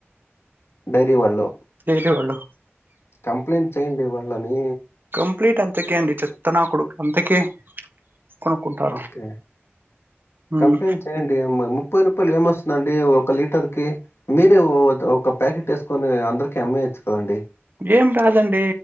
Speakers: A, on the left; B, on the right.
A: డైరీ వాళ్ళు
B: డైలీ వాళ్ళు
A: కంప్లైంట్ చేయండి వాళ్ళని.
B: కంప్లీట్ అంతకే అండి చెత్తనా కొడుకు అంతకే కొనుక్కుంటారు.
A: ఓకే.
B: ఉమ్.
A: కంప్లైంట్ చేయండి ముప్పై రూపాయలకి ఏమొస్తుందండి ఒక లీటర్కి. మీరు ఒక ప్యాకెట్ ఏసుకొని అందరికి అమ్మేయచ్చు కదండి.
B: ఏం రాదండి